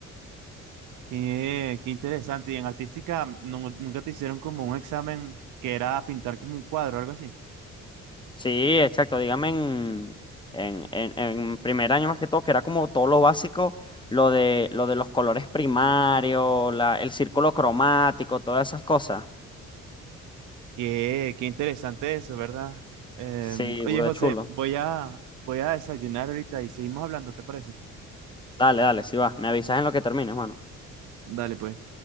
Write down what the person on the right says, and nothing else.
Qué, qué interesante. Y en artística, nu- nunca te hicieron como un examen que era pintar como un cuadro o algo así.
Qué, qué interesante eso, ¿verdad? Em,
oye,
José,
voy a, voy a desayunar ahorita y seguimos hablando, ¿te parece?
Dale, pues.